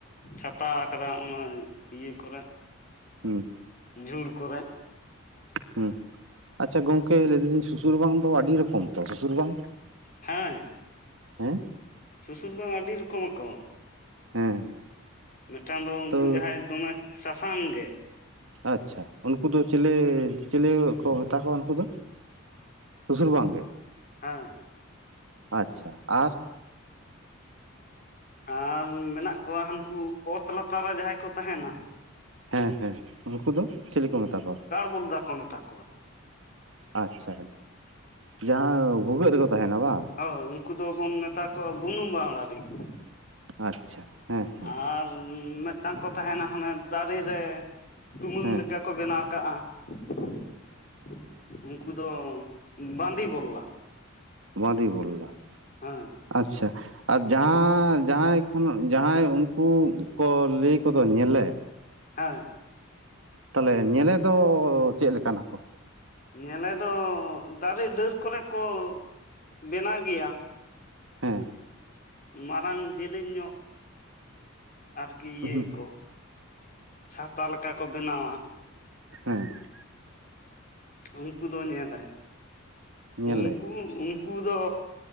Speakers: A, on the left; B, on the right.
A: ᱪᱷᱟᱛᱟ ᱟᱠᱟᱫᱟ ᱚᱱᱟ ᱤᱭᱟᱹ ᱠᱚᱨᱮᱜ᱾
B: ᱦᱩᱸ
A: ᱡᱷᱩᱲ ᱠᱚᱨᱮ᱾
B: ᱦᱩᱸ ᱟᱪᱪᱷᱟ ᱜᱚᱝᱠᱮ ᱞᱟᱹᱭ ᱫᱟᱞᱤᱧ ᱥᱩᱥᱩᱨ ᱵᱟᱝ ᱫᱚ ᱟᱹᱰᱤ ᱨᱚᱠᱚᱢ ᱛᱚ ᱥᱩᱥᱩᱨ ᱵᱟᱝ?
A: ᱦᱮᱸ
B: ᱦᱮᱸ?
A: ᱥᱩᱥᱩᱨ ᱵᱟᱝ ᱟᱹᱰᱤ ᱨᱚᱠᱚᱢ ᱟᱠᱚ ᱾
B: ᱦᱮᱸ᱾
A: ᱢᱮᱴᱟᱹᱝ ᱫᱚ ᱩᱱᱠᱩ
B: ᱛᱚ
A: ᱡᱟᱦᱟᱸᱭ ᱫᱚᱢᱮ ᱥᱟᱥᱟᱝ ᱜᱮ ᱾
B: ᱟᱪᱪᱷᱟ ᱩᱱᱠᱩ ᱫᱚ ᱪᱮᱞᱮ ᱪᱮᱞᱮ ᱠᱚ ᱢᱮᱛᱟ ᱠᱚᱣᱟ ᱩᱱᱠᱩ ᱫᱚ? ᱥᱩᱥᱩᱨ ᱵᱟᱝᱜᱮ ᱾
A: ᱦᱮᱸ᱾
B: ᱟᱪᱪᱷᱟ ᱟᱨ
A: ᱟᱨ ᱢᱮᱱᱟᱜ ᱠᱚᱣᱟ ᱦᱟᱹᱱᱠᱩ ᱚᱛ ᱞᱟᱛᱟᱨ ᱨᱮ ᱡᱟᱦᱟᱸᱭ ᱠᱚ ᱛᱟᱦᱮᱱᱟ᱾
B: ᱦᱮᱸ ᱦᱮᱸ ᱾ ᱩᱱᱠᱩ ᱫᱚ ᱪᱤᱞᱤ ᱠᱚ ᱢᱮᱛᱟ ᱠᱚᱣᱟ?
A: ᱢᱩᱞᱫᱟ ᱠᱚ ᱢᱮᱛᱟ ᱠᱚᱣᱟ ᱾
B: ᱟᱪᱪᱷᱟ ᱾ <inaudible> ᱡᱟᱦᱟᱸ ᱵᱷᱩᱜᱟᱹᱜ ᱨᱮᱠᱚ ᱛᱟᱦᱮᱱᱟ ᱵᱟᱝ?
A: ᱦᱳᱭ ᱩᱱᱠᱩ ᱫᱚᱵᱚᱱ ᱢᱮᱛᱟ ᱠᱚᱣᱟ ᱵᱩᱱᱩᱢ ᱵᱟᱣᱲᱟᱨᱤᱡ ᱾
B: ᱟᱪᱪᱷᱟ
A: <inaudible>
B: ᱦᱮᱸ ᱦᱮᱸ
A: ᱟᱨᱻ ᱢᱮᱫ <unintelligible> ᱠᱚ ᱛᱟᱦᱮᱸᱱᱟ ᱦᱟᱱᱮ ᱫᱟᱨᱮ ᱨᱮ ᱴᱩᱢᱟᱹᱝ
B: ᱦᱮᱸ
A: ᱞᱮᱠᱟ ᱠᱚ ᱵᱮᱱᱟᱣ ᱠᱟᱜ-ᱟ ᱾ <inaudible> <inaudible> ᱩᱱᱠᱩ ᱫᱚ ᱵᱟᱸᱫᱤ ᱵᱚᱞᱞᱟ᱾
B: ᱵᱟᱸᱫᱤ ᱵᱚᱞᱞᱟ ᱾
A: ᱦᱮᱸ ᱾
B: ᱟᱪᱪᱷᱟ ᱾ ᱟᱨ ᱡᱟᱦᱟᱸ ᱡᱟᱦᱟᱸᱭ ᱠᱷᱚᱱ ᱡᱟᱦᱟᱸᱭ ᱩᱱᱠᱩ ᱠᱚ ᱞᱟᱹᱭ ᱠᱚᱫᱚ ᱧᱮᱞᱮ <inaudible>
A: ᱦᱮᱸ ᱾
B: ᱛᱟᱦᱚᱞᱮ ᱧᱮᱞᱮ ᱫᱚ ᱪᱮᱫ ᱞᱮᱠᱟᱱ ᱟᱠᱚ?
A: ᱧᱮᱞᱮ ᱫᱚ ᱫᱟᱨᱮ ᱰᱟᱹᱨ ᱠᱚᱨᱮ ᱠᱚ ᱵᱮᱱᱟᱣ ᱜᱮᱭᱟ ᱾
B: ᱦᱮᱸ ᱾
A: ᱢᱟᱨᱟᱝ ᱡᱮᱞᱮᱧ ᱧᱚᱜ ᱟᱨᱠᱤ ᱤᱭᱟᱹᱭᱟᱠᱚ
B: ᱦᱮᱸ
A: <inaudible> ᱪᱷᱟᱛᱟ ᱞᱮᱠᱟ ᱠᱚ ᱵᱮᱱᱟᱣᱟ᱾
B: ᱦᱮᱸ ᱾ <inaudible>
A: ᱩᱱᱠᱩ ᱫᱚ ᱧᱮᱞᱮ ᱾
B: ᱧᱮᱞᱮ
A: <inaudible> ᱩᱱᱠᱩ ᱩᱱᱠᱩ ᱫᱚᱻ